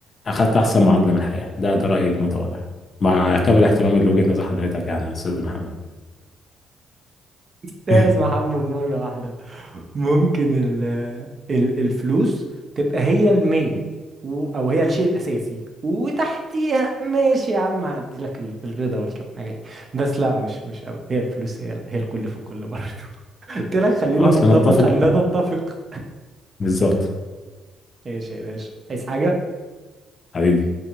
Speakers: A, on the left; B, on the right.
A: أخدت أحسن معادلة من الحياة ده ده رأيي المتواضع مع كامل احترامي لوجهة نظر حضرتك يعني يا أستاذ محمد
B: استاذ
A: <laughs>
B: محمد مرة واحدة ممكن ال ال الفلوس تبقى هي المين و- او هي الشيء الاساسي وتحتيها ماشي يا عم هعدي لك ال- الرضا والكم حاجة دي بس لا مش مش قوي هي الفلوس هي ال- هي الكل في الكل برضه <laughs> قلت لك خلينا
A: خلاص
B: نتفق
A: لنتفق
B: ان لا نتفق
A: بالظبط
B: ماشي يا باشا عايز حاجة
A: حبيبي